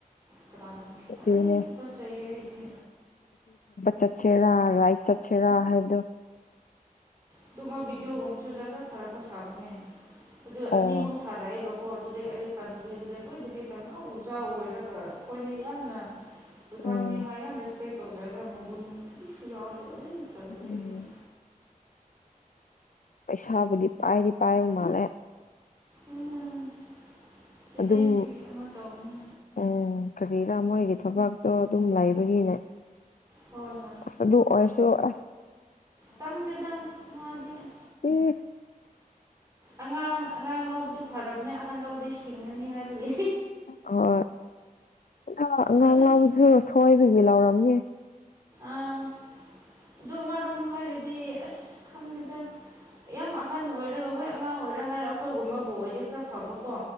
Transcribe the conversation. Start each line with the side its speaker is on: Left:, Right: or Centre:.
Right: ꯀꯅꯣ ꯀ
Left: ꯑꯗꯨꯅꯦ
Right: ꯑꯩ ꯇꯨꯀ ꯆꯗꯤ
Left: ꯆ ꯆꯦꯔꯥ ꯔꯥꯏꯠ ꯆꯠ ꯆꯦꯔꯥ ꯍꯥꯏꯗꯣ
Right: ꯑꯗꯨꯃꯣꯏ ꯚꯕꯤꯗꯤꯑꯣꯒꯣꯝꯁꯨ ꯖꯥꯠ ꯖꯥꯠ ꯊꯥꯔꯛꯄ ꯁꯥꯕꯅꯦ ꯑꯗꯨ
Left: ꯑꯣ
Right: ꯑꯅꯤ ꯑꯍꯨꯝ ꯊꯥꯔꯛꯑꯦꯕ ꯀꯣ ꯑꯗꯨꯗꯩ ꯑꯩꯗꯣ ꯇꯟꯕꯒꯤꯗꯨꯗ ꯂꯣꯏꯗ ꯂꯇ ꯉꯥꯎ ꯎꯖꯥ ꯑꯣꯏꯔꯒ ꯑꯩꯈꯣꯏꯅ ꯌꯥꯝꯅ ꯑꯣꯖꯥꯅꯤ
Left: ꯎꯝ
Right: ꯍꯥꯏ ꯌꯥꯝ ꯔꯦꯁꯄꯦꯛ ꯇꯧꯖꯔ ꯃꯒꯨꯟ ꯁꯨꯌꯥꯑꯣꯗꯕ ꯇꯝꯗꯗꯤ
Left: ꯎꯝ ꯄꯩꯁꯥꯕꯨꯗꯤ ꯄꯥꯏꯗꯤ ꯄꯥꯏꯔꯕ ꯃꯥꯜꯂꯦ
Right: ꯎꯝ ꯏꯁꯇꯨꯗꯦꯟꯒꯤ
Left: ꯑꯗꯨꯝ
Right: ꯑꯃ ꯇꯧꯅꯤ
Left: ꯎꯝ ꯀꯔꯤ ꯃꯣꯏꯒꯤ ꯊꯕꯛꯇꯣ ꯑꯗꯨꯝ ꯂꯩꯕꯒꯤꯅꯦ
Right: ꯍꯣꯏ ꯍꯣꯏ
Left: ꯑꯗꯨ ꯑꯗꯨ ꯑꯣꯏꯁꯨ ꯑ
Right: ꯆꯪꯗꯦꯗ ꯃꯥꯗꯤ ꯍ
Left: ꯑꯦ
Right: ꯑꯉꯥꯡ ꯑꯉꯥꯡ ꯂꯧꯕꯗꯨ ꯐꯔꯕꯅꯤ ꯑꯍꯜ ꯂꯧꯗꯤ ꯁꯤꯡꯉꯅꯤ ꯍꯥꯏꯕꯒꯤ
Left: ꯍ ꯑ
Right: ꯑꯗꯨ
Left: ꯍ ꯎꯖ ꯁꯣꯏꯕꯒꯤ ꯂꯥꯎꯔꯝꯒꯦ
Right: ꯑꯥ ꯑꯗꯨ ꯑꯃꯔꯣꯝ ꯍꯥꯏꯔꯗꯤ ꯑꯁ ꯈꯪꯗꯦꯗ ꯌꯥꯝ ꯑꯍꯟ ꯑꯣꯏꯔꯒ ꯍꯣꯏ ꯑꯉꯥꯡ ꯑꯣꯏꯔ ꯍꯥꯏꯔ ꯑꯩꯈꯣꯏꯒꯨꯝꯕꯕꯨ ꯑꯣꯏꯗꯤ ꯈꯔ ꯐꯕ ꯀꯣ